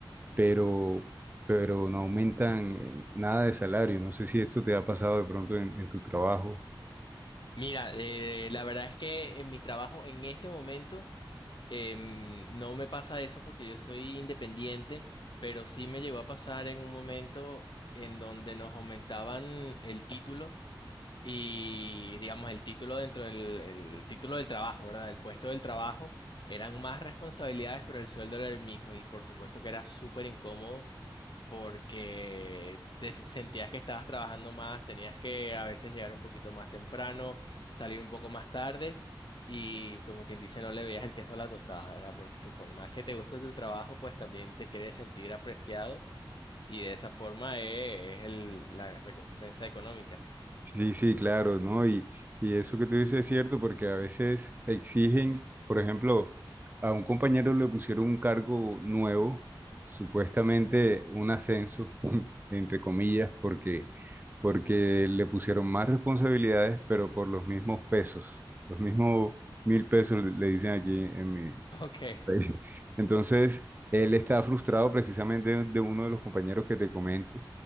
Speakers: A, on the right (about 25°); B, on the left (about 65°).
A: pero, pero no aumentan eh, nada de salario. No sé si esto te ha pasado de pronto en en tu trabajo.
B: Mira, eh, la verdad es que en mi trabajo en este momento em, no me pasa eso porque yo soy independiente, pero sí me llegó a pasar en un momento en donde nos aumentaban el título y digamos el título dentro del el título del trabajo, ¿verdad? El puesto del trabajo eran más responsabilidades, pero el sueldo era el mismo y por supuesto que era súper incómodo porque te sentías que estabas trabajando más, tenías que a veces llegar un poquito más temprano, salir un poco más tarde y como quien dice no le veías el queso a la tostada, ¿verdad? Porque por más que te guste tu trabajo, pues también te quieres sentir apreciado y de esa forma eh, es, el- la recompensa económica.
A: Sí, sí, claro, ¿no? Y, y eso que tú dices es cierto porque a veces te exigen, por ejemplo, a un compañero le pusieron un cargo nuevo, supuestamente un ascenso, <laughs> entre comillas, porque, porque le pusieron más responsabilidades, pero por los mismos pesos, los mismos mil pesos le le dicen aquí en mi,
B: <laughs> Ok.
A: <laughs> país. Entonces, él está frustrado precisamente de uno de los compañeros que te comento.